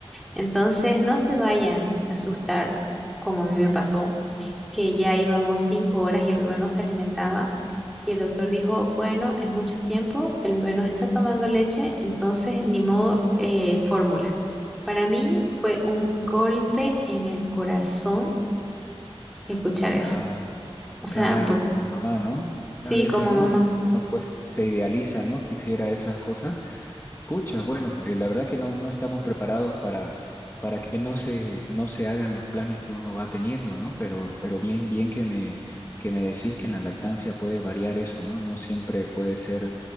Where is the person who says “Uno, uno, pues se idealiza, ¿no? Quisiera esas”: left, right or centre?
Left